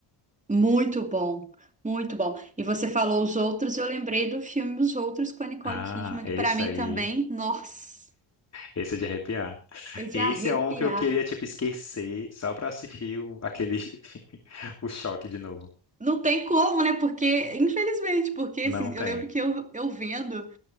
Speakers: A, on the right; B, on the left.
A: Muito bom, muito bom. E você falou os outros, eu lembrei do filme Os Outros com a Nicole
B: Ah,
A: Kidman,
B: esse
A: que pra mim
B: aí.
A: também, nossa,
B: Esse é de arrepiar.
A: é de
B: Esse
A: arrepiar.
B: é um que eu queria, tipo, esquecer só pra assistir o, aquele... <laughs> o choque de novo.
A: Não tem como, né? Porque, infelizmente, porque assim,
B: Não tem.
A: eu lembro que eu, eu vendo.